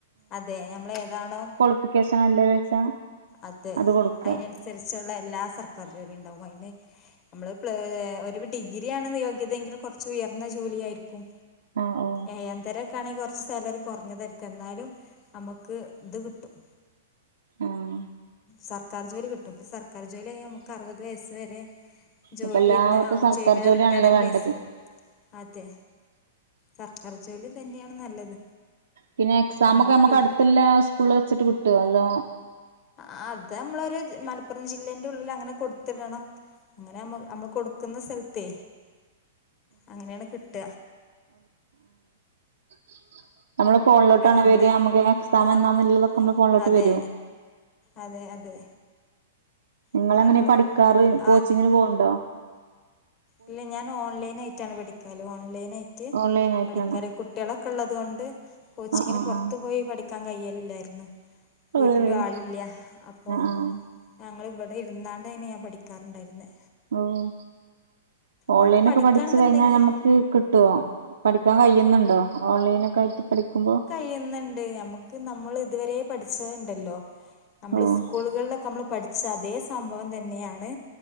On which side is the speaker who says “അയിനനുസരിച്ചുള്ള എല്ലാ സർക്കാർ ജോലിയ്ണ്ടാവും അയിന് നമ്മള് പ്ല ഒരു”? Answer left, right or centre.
Left